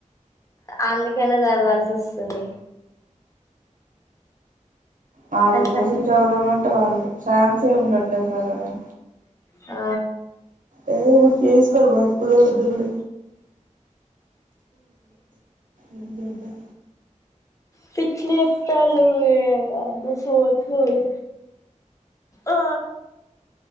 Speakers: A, on the left (about 25°); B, on the right (about 85°).
A: అందుకనే చదవాల్సి వస్తుంది.
B: వళ్ళ
A: కానీ
B: కోషన్ చదువుదామంటే వాళ్ళు ఛాన్స్ ఏ ఉండట్లేదు. మగడం
A: ఆ
B: ఏం చేసుకొని బతుకుదమంటే కుడ ఏం చేద్దాం.
A: పిచ్చి లేపుతాళ్ళు ఇ అంత సోది సోది ఆ